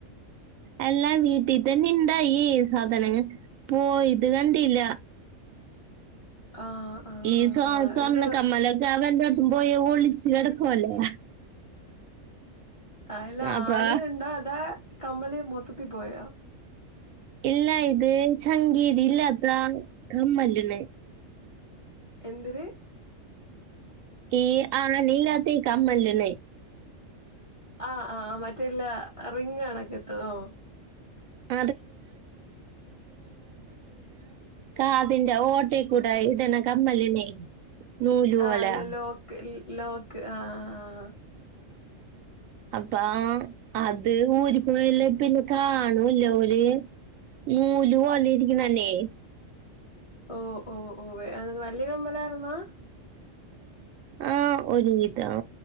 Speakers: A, on the right; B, on the left.
A: എല്ലാം വീട്ടിൽ തന്നെ ഇണ്ടായി, ഈ സാധനങ്ങൾ. പോയത് കണ്ടില്ല.
B: ആഹ് ആഹ്
A: ഈ
B: ആഹ്
A: സ്വ
B: ആഹ്
A: സ്വർണ്ണക്കമ്മലും.
B: എന്തോ
A: അവന്റെടത്തും പോയി ഒളിച്ച് കിടക്കുവല്ലേ
B: ആല്ല
A: അപ്പൊ
B: ആണിയുണ്ടോ അതാ കമ്മല് മൊത്തത്തി പോയോ
A: ഇല്ലാ ഇത് സംഗീതി ഇല്ലാത്ത കമ്മലണ്
B: എന്തിന്
A: ഈ ആണീല്ലാത്ത ഈ കമ്മലിന്
B: ആ ആ മറ്റെല്ല റിങ് ആണൊക്കെ എത്തതോ
A: <unintelligible> കാതിന്റെ ഓട്ടക്കൂടെ ഇടണ കമ്മലിനെ നൂല് പോലെ
B: ആ അല്ല ലോക്ക് ലോക്ക് ആഹ് ആഹ്
A: അപ്പാ അത് ഊര് പോയല്ല പിന്നെ കാണൂല്ലോ ഓര് നൂല് പോല്ലെ ഇരിക്കുന്ന തന്നെ
B: ഓ ഓ ഓ വേ വലിയ കമ്മലായിരുന്നാ
A: ആഹ് ഒരു വിധം